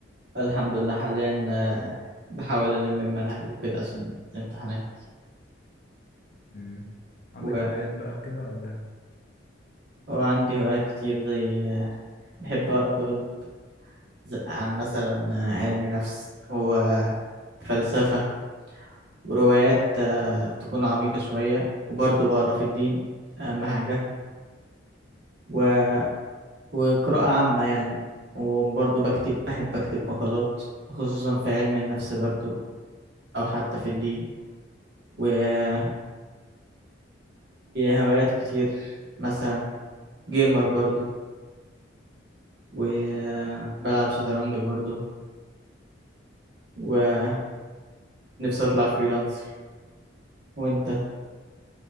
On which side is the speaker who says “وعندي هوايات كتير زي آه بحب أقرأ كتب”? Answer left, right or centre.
Right